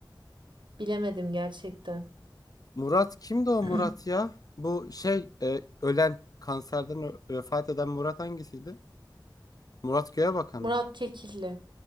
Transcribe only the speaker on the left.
Murat kimdi o
Murat ya? Bu şey e, ölen kanserden ö- vefat eden Murat hangisiydi? Murat Göğebakan
mı?